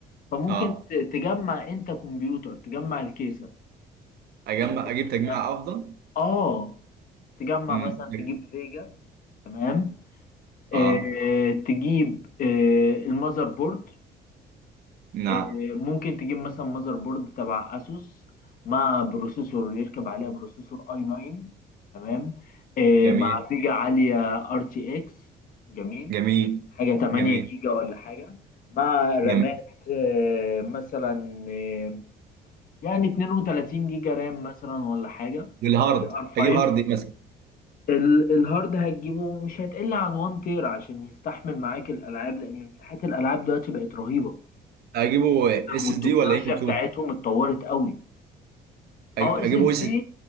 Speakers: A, on the left; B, on the right.
A: فممكن
B: اه
A: ت- تجمع انت كمبيوتر تجمع الكيسة
B: اجمع
A: ممكن
B: اجيب
A: مثلا
B: تجميع افضل
A: اه تجمع
B: امم
A: مثلا تجيب فيجا تمام
B: اه
A: آه تجيب آه المذر بورد
B: نعم
A: آه، ممكن تجيب مثلا ماذر بورد تبع اسوس مع بروسيسور يركب عليها بروسيسور اي 9 تمام آه،
B: جميل
A: مع فيجا عاليه ار تي اكس جميل
B: جميل
A: حاجه 8
B: جميل
A: جيجا ولا حاجه مع رامات
B: جميل
A: آه، مثلا آه، يعني 32 جيجا رام مثلا ولا حاجه
B: والهارد
A: جي ار 5
B: اجيب هارد ايه مثلا
A: ال- الهارد هتجيبه مش هتقل عن 1 تير عشان يستحمل معاك الالعاب لان مساحات الالعاب دلوقتي بقت رهيبه
B: اجيبه اس
A: والتكنولوجيا
B: اس دي ولا ام 2
A: بتاعتهم اتطورت قوي
B: اجيب
A: اه اس اس
B: ويس
A: دي